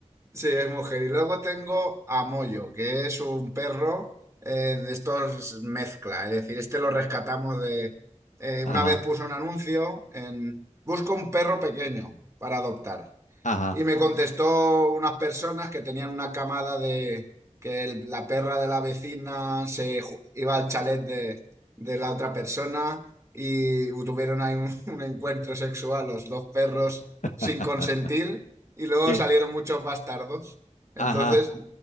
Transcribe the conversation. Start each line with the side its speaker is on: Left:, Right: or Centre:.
Right: Sí, es mujer. Y luego tengo a Moyo, que es un perro eh, de estos mezcla. Es decir, este lo rescatamos de... eh,
Left: Ajá,
Right: una vez puso un anuncio en... Busco un perro pequeño para adoptar.
Left: ajá.
Right: Y me contestó unas personas que tenían una camada de que el- la perra de la vecina se ju- iba al chalet de, de la otra persona y tuvieron ahí un, <laughs> un encuentro sexual los dos perros
Left: <laughs>
Right: sin consentir y luego salieron
Left: Sí,
Right: muchos bastardos. Entonces,
Left: ajá,